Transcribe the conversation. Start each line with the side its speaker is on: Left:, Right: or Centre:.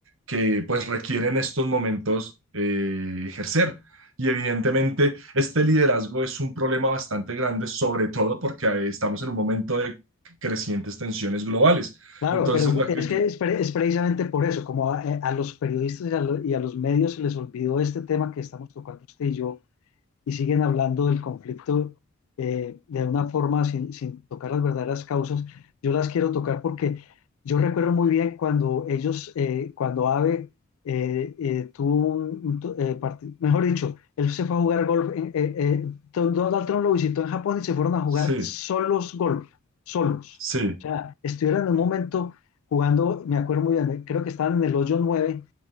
Right: que pues requiere en estos momentos eh, ejercer. Y evidentemente este liderazgo es un problema bastante grande, sobre todo porque estamos en un momento de crecientes tensiones globales.
Left: Claro,
Right: Entonces,
Left: pero
Right: la
Left: es
Right: que...
Left: que es, pre- es precisamente por eso, como a, eh, a los periodistas y a, lo- y a los medios se les olvidó este tema que estamos tocando usted y yo, y siguen hablando del conflicto eh, de una forma sin, sin tocar las verdaderas causas. Yo las quiero tocar porque yo recuerdo muy bien cuando ellos, eh, cuando AVE eh, eh, tuvo un, un to- eh, parti- mejor dicho, él se fue a jugar golf, en- eh, eh, Don- Donald Trump lo visitó en Japón y se fueron a jugar
Right: Sí,
Left: solos golf, solos.
Right: sí,
Left: O sea, estuvieron en un momento jugando, me acuerdo muy bien, eh, creo que estaban en el hoyo 9